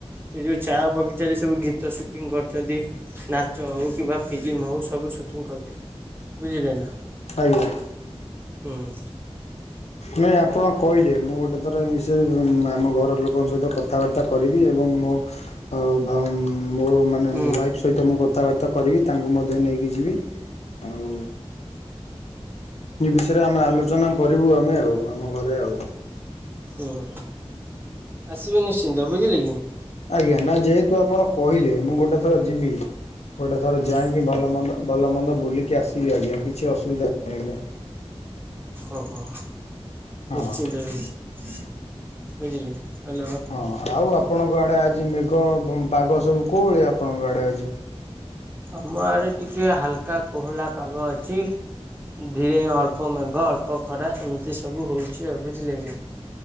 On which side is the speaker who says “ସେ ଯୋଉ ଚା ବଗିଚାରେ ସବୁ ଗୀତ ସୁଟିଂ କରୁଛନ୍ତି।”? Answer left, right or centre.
Right